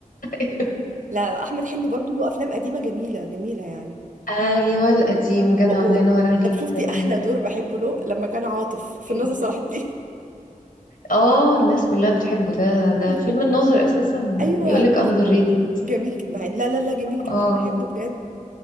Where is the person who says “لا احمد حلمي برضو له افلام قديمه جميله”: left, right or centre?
Right